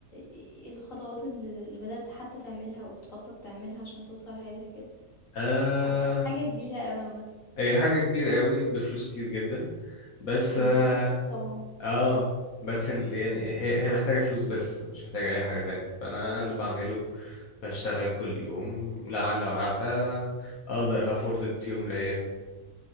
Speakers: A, on the left; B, on the left.
A: إيه الخطوات اللي اللي بدأت حتى تعملها أو بتخطط تعملها عشان توصل لحاجة زي كده
B: آه
A: بس حاسة حاجة كبيرة أوي عامة
B: هي حاجة كبيرة قوي بفلوس كتير جدا بس
A: أو
B: اه,
A: محتاجة فلوس طبعا
B: آه
A: مم.
B: بس ال... يعني هي هي محتاجة فلوس بس مش محتاجة أي حاجة تانية فأنا اللي بعمله بشتغل كل يوم لعل وعسى أقدر أفورد إت في يوم من الأيام